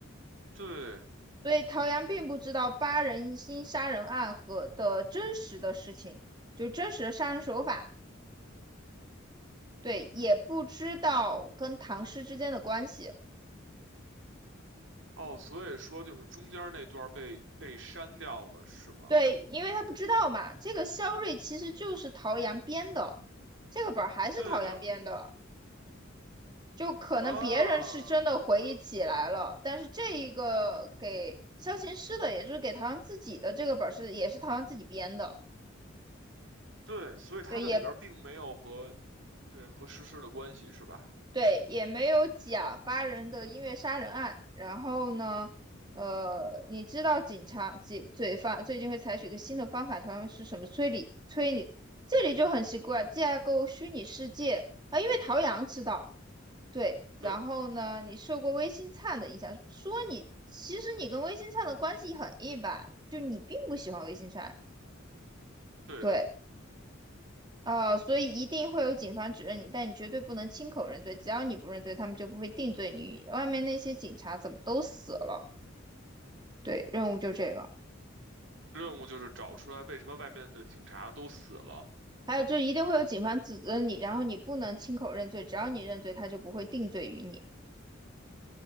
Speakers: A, on the right; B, on the right.
A: 对，
B: 所以陶阳并不知道八人心杀人案和的真实的事情，就真实的杀人手法，对，也不知道跟唐诗之间的关系。
A: 哦，所以说就是中间那段儿被被删掉了，是吗？
B: 对，因为他不知道嘛，这个肖瑞其实就是陶阳编的，这个本儿还是陶阳编的，
A: 对的，
B: 就可能别人是真的回忆起来了，
A: 啊，对的，
B: 但是这一个给萧琴师的，也就是给陶阳自己的这个本儿是也是陶阳自己编的，
A: 对，所以它的里边儿并没有和
B: 对，也
A: 对和实施的关系，是吧？
B: 对，也没有讲八人的音乐杀人案。然后呢，呃，你知道警察、警罪犯最近会采取一个新的方法，他们是什么推理？推理这里就很奇怪，架构虚拟世界啊，因为陶阳知道，对。然后呢，
A: 对，
B: 你受过微星灿的影响，说你其实你跟微星灿的关系很一般，就你并不喜欢微星灿，
A: 对的，
B: 对。呃，所以一定会有警方指认你，但你绝对不能亲口认罪。只要你不认罪，他们就不会定罪你。外面那些警察怎么都死了？对，任务就这个。
A: 任务就是找出来为什么外面的警察都死了。
B: 还有就是一定会有警方指责你，然后你不能亲口认罪，只要你认罪，他就不会定罪于你。